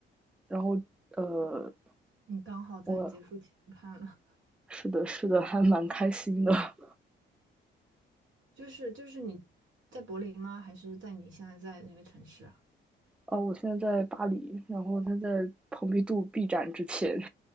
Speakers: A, in the centre; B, on the right.
A: 然后呃，
B: 你刚好在结束前看了，
A: 我是的，是的，还蛮开心的。<laughs>
B: <laughs> 就是就是你在柏林吗？还是在你现在在的那个城市啊？
A: 哦，我现在在巴黎，然后他在蓬皮杜闭展之前。